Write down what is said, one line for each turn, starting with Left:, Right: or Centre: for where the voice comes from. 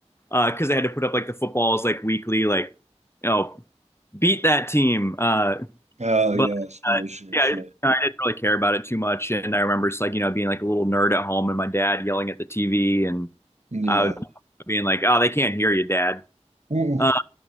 Left: because uh, they had to put up like the footballs like weekly like you know beat that team. Uh,
Right: Oh
Left: but
Right: yeah, sure,
Left: uh,
Right: sure,
Left: yeah,
Right: sure.
Left: I didn't, I didn't really care about it too much, and I remember just like you know being like a little nerd at home and my dad yelling at the TV and
Right: Yeah.
Left: I was being like, "Oh, they can't hear you, Dad."
Right: Ooh.
Left: Uh,